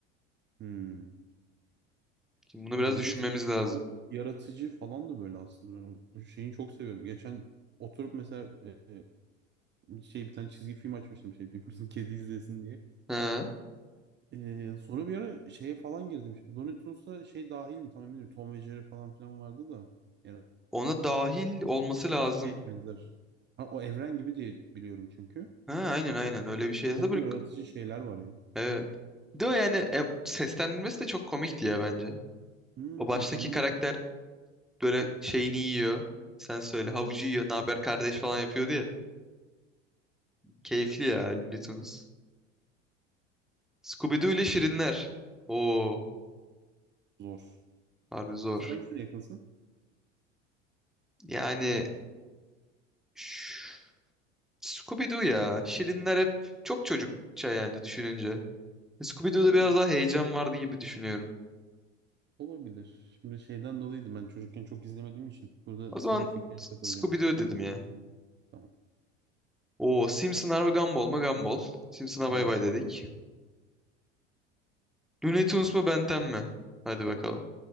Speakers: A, on the right; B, in the centre.
A: Hmm.
B: Şimdi bunu
A: Abi
B: biraz
A: Looney
B: düşünmemiz
A: Tunes
B: lazım.
A: çok yaratıcı falan da böyle aslında. Ben o şeyini çok seviyorum. Geçen oturup mesela e, e, şey bir tane çizgi film açmıştım şey <laughs> bizim kedi izlesin diye.
B: Ha,
A: Ee, sonra bir ara şeye falan girdim. Looney Tunes'a şey dahil mi? Tam emin değilim. Tom ve Jerry falan filan vardı da. Yani
B: ona dahil olması
A: o,
B: lazım.
A: o şey benzer. Ha, o evren gibi diye biliyorum çünkü.
B: Ha, aynen aynen öyle bir şey. yazdı.
A: Çok
B: Böyle,
A: yaratıcı şeyler var ya.
B: evet. Bir De o yani e, seslendirmesi de çok komikti ya bence.
A: Hmm,
B: O baştaki
A: mükemmel
B: karakter böyle şeyini yiyor. Sen söyle havucu yiyor. Ne haber kardeş falan yapıyordu ya. Keyifli ya Looney Tunes. Scooby-Doo ile Şirinler. Oo,
A: zor.
B: harbi zor.
A: Sen hangisine yakınsın?
B: Yani ş- Scooby-Doo ya. Şirinler hep çok çocukça yani düşününce. Scooby-Doo'da
A: Zor
B: biraz daha heyecan vardı gibi düşünüyorum.
A: olabilir. Şimdi şeyden dolayıydı ben çocukken çok izlemediğim için. Burada
B: O zaman
A: senin fikrine
B: S-
A: katılacağım.
B: Scooby-Doo dedim ya.
A: Tamam.
B: Oo, Simpsonlar mı Gumball mı Gumball. Simpson'a
A: Gumball.
B: bay bay dedik. Looney Tunes mu Ben 10 mi? Hadi bakalım.